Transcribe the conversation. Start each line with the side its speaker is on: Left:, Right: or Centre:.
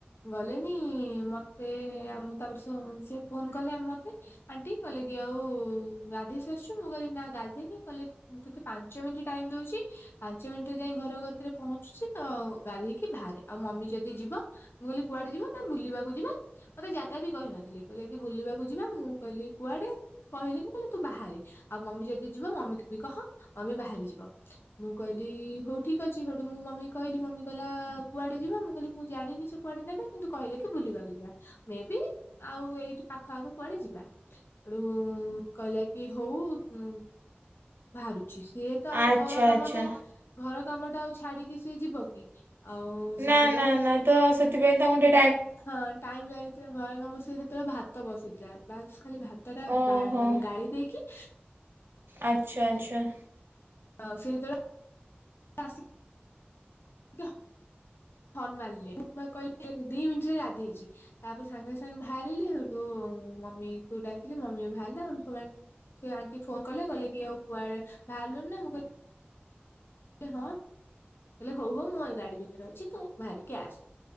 Left: ଗଲେନି ମତେ ଆମ ତାପରେ ସେ ଫୋନ କଲେ ମତେ ଆଣ୍ଟି କହଲେ କି ଆଉ ଗାଧେଇ ସାରିଛୁ ମୁଁ କହିଲି ନା ଗାଧେଇନି କହିଲେ? ମୁଁ ତତେ ପାଞ୍ଚ ମିନିଟ୍ ଟାଇମ ଦଉଛି। ପାଞ୍ଚ ମିନିଟ ଯାଇ ଘର କତିରେ ପହଞ୍ଚୁଛି ତ ଗାଧେଇକି ବାହାରେ ଆଉ ମମି ଯଦି ଯିବ ମୁଁ କହିଲି କୁଆଡେ ଯିବା ନା ବୁଲିବାକୁ ଯିବା? ମତେ ଜାଗା ବି କହିନଥିଲେ କହିଲେ କି ବୁଲିବାକୁ ଯିବା ମୁଁ କହିଲି କୁଆଡେ? କହିଲେନି କହିଲେ ତୁ ବାହାରେ ଆଉ ମମି ଯଦି ଯିବ ମମିକୁ ବି କହ ମମି ବାହାରି ଯିବ। ମୁଁ କହିଲି ହଉ ଠିକ ଅଛି ହଠୁ ମୁଁ ମମି କହିଲି ମମି କହିଲା କୁଆଡେ ଯିବ ମୁଁ କହିଲି ମୁଁ ଜାଣିନି। କୁଆଡେ ନେବେ କିନ୍ତୁ କହିଲେ କି ବୁଲିବାକୁ ଯିବା ମେ ବି ଆଉ ଏଇଠି ପାଖ ଆଖ କୁଆଡେ ଯିବା। ହେଠୁ କହିଲା କି ହଉ ଉ ବାହାରୁଛି ସିଏ ତ ଆଉ
Right: ଆଚ୍ଛା
Left: ଘର କାମଟା
Right: ଆଚ୍ଛା
Left: ଘର କାମଟା ଆଉ ଛାଡିକି ସିଏ ଯିବ କି? ଆଉ ସେଥିପାଇଁ
Right: ନା ନା ନା ତ ସେଥିପାଇଁ ତାଙ୍କୁ ଟି
Left: ହଁ ଟାଇମ ଲାଗିଥିଲା ଘରେ କାମ ସେ ସେତେବେଳେ ଭାତ ଭାତ ବସେଇଥିଲା ବାସ୍ ଖାଲି ଭାତଟା
Right: ଓହୋ
Left: ମାନେ ଗାଳି ଦେଇକି
Right: ଆଚ୍ଛା ଆଚ୍ଛା।
Left: ଆଉ ସେତେବେଳେ ଆସି କା ହର୍ନ ମାରିଲେ କହିଲେ ଦି ମିନିଟରେ ଗାଧେଇଛି। ତାପରେ ସାଙ୍ଗେ ସାଙ୍ଗେ ବାହାରିଲି ସେଠୁ ମମିକୁ ଡାକିଲି ମମି ବି ବାହାରିଲାମାନେ ସେ ଆଣ୍ଟି ଫୋନ କଲେ କଲେ କି ଆଉ କୁଆଡେ ବାହାରଲୁନି ନା ମୁଁ କହିଲି ହଁ ହଉ ହଉ ମୁଁ ଏ ଗାଡି ଭିତରେ ଅଛି ତୁ ବାହାରିକି ଆସେ।